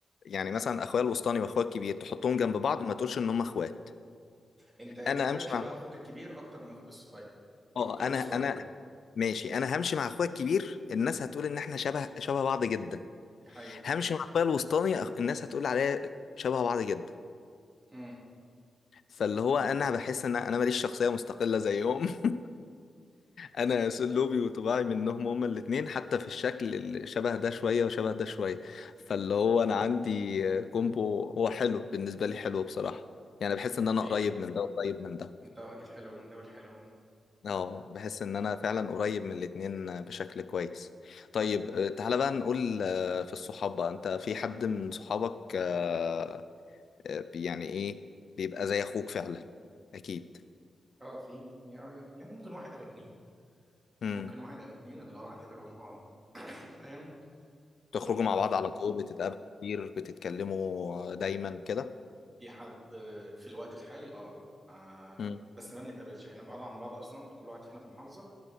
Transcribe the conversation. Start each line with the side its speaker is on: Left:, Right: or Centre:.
Left: يعني مثلا اخويا الوسطاني واخويا الكبير تحطهم جنب بعض ما تقولش ان هم اخوات
Right: انت انت
Left: انا امشي
Right: شبه
Left: مع
Right: اخوك الكبير اكتر من اخوك الصغير
Left: اه
Right: اخوك الوسطاني
Left: انا انا ماشي انا همشي مع اخويا الكبير الناس هتقول ان احنا شبه شبه بعض جدا
Right: دي حقيقه
Left: همشي مع الطيب الوسطاني الناس هتقول عليا شبه بعض جدا
Right: امم
Left: فاللي هو انا بحس ان انا ماليش شخصيه مستقله زيهم <laughs> انا اسلوبي وطباعي منهم هما الاثنين حتى في الشكل اللي شبه ده شويه وشبه ده شويه فاللي هو انا عندي كومبو هو حلو بالنسبه لي حلو بصراحه يعني بحس ان
Right: اكيد
Left: انا قريب من ده وقريب من ده
Right: انت واخد الحلو من ده والحلو من ده
Left: اه بحس ان انا فعلا قريب من الاثنين بشكل كويس طيب آه، تعالى بقى نقول آه، في الصحاب بقى انت في حد من صحابك آه، آه، يعني ايه بيبقى زي اخوك فعلا اكيد
Right: اه في يعني يعني ممكن واحد او اتنين
Left: امم
Right: ممكن واحد او اتنين اللي هو اعتبرهم اه فاهم اللي
Left: تخرجوا
Right: هم
Left: مع بعض على طول بتتقابلوا كتير بتتكلموا دايما كده
Right: في حد في الوقت الحالي اه آه،
Left: امم
Right: بس ما بنتقابلش احنا بعاد عن بعض اصلا كل واحد فينا في محافظة